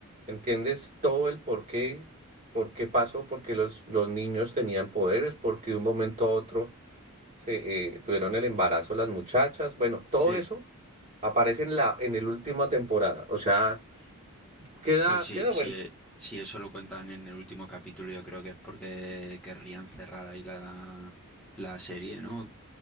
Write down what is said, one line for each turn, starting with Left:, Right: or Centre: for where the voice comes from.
Right: entiendes todo el por qué, por qué pasó, por qué los, los niños tenían poderes, por qué de un momento a otro se, eh, tuvieron el embarazo las muchachas, bueno, todo
Centre: sí.
Right: eso aparece en la, en el última temporada, o sea, queda,
Centre: Pues sí,
Right: queda
Centre: sí,
Right: bueno,
Centre: si eso lo cuentan en el último capítulo, yo creo que es porque querrían cerrar ahí la, la serie, ¿no?